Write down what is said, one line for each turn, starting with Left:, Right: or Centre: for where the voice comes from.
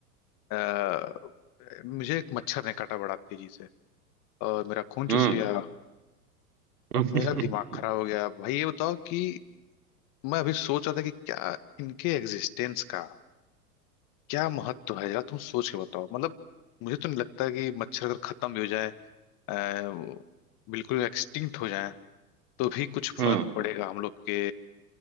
Left: अ, मुझे एक मच्छर ने काटा बड़ा तेजी से और मेरा खून चूस
Right: हम्म
Left: लिया
Right: <laughs>
Left: और मेरा दिमाग खराब हो गया भाई ये बताओ कि मैं अभी सोच रहा था कि क्या इनके एग्जिस्टेंस का क्या महत्व है जरा तुम सोच के बताओ मतलब मुझे तो नहीं लगता कि मच्छर अगर खत्म भी हो जाए अ, बिल्कुल एक्सटिंक्ट हो जाए तो भी कुछ
Right: हम्म
Left: फर्क पड़ेगा हम लोग के